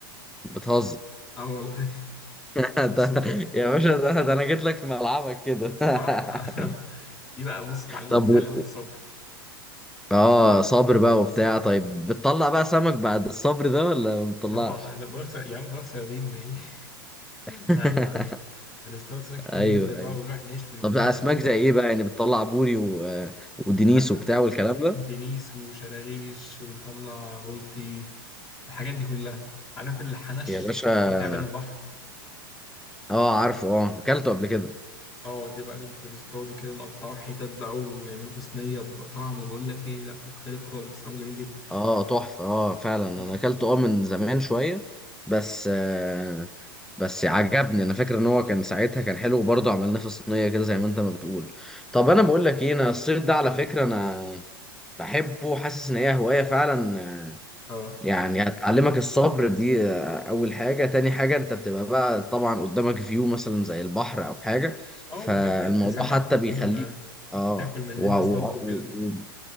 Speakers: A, in the centre; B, on the left.
A: بتهزر
B: اه والله <laughs>
A: <laughs>
B: شوف الصدفة
A: ده- يا باشا ده, ده أنا جيت لك في ملعبك كده
B: صح
A: <laughs>
B: <laughs> دي بقى بص تعلمك
A: طب و-
B: تعلمك الصبر
A: اه صابر
B: تعلمك
A: بقى وبتاع
B: الصبر
A: طيب
B: آه.
A: بتطلع بقى سمك بعد الصبر ده ولا ما بتطلعش؟
B: طبعا ده بقولك صي- يا عم بقولك صيادين ايه <laughs>
A: <laughs>
B: ايوه بنصطاد سمك كتير
A: ايوه
B: جدا بقى
A: ايوه
B: ونروح نشوي يوميها
A: طب اسماك
B: فاهم
A: زي ايه بقى يعني بتطلع بوري و... ودنيس
B: لا م-
A: وبتاع والكلام ده
B: دنيس وشراريش ونطلع بلطي الحاجات دي كلها عارف الحنش
A: يا باشا
B: او تعبان البحر
A: اه عارفه اه اكلته قبل كده
B: اه ده بقى بنت بنصطاده كده نقطعه حتت بقى ونعمله في صينيه بيبقى طعمه بقول لك ايه لا مختلف خالص طعمه جميل جدا
A: اه تحفه اه فعلا انا
B: اه
A: اكلته اه من زمان شويه بس آه بس عجبني انا فاكر ان هو كان ساعتها كان حلو وبرضه عملناه في صينيه كده زي ما انت ما بتقول طب
B: اه
A: انا بقول لك ايه انا الصيد ده على فكره انا بحبه حاسس ان هي هوايه فعلا
B: اه
A: يعني هتعلمك الصبر دي آه، اول حاجة تاني حاجة انت بتبقى بقى طبعا قدامك فيو مثلا زي البحر او حاجة
B: اه
A: فالموضوع
B: وتجيب لك سمك
A: حتى
B: وتقوم
A: بيخليك
B: آه،
A: اه
B: تاكل من اللي
A: و...
B: انت
A: و...
B: اصطادته وكده
A: و... و...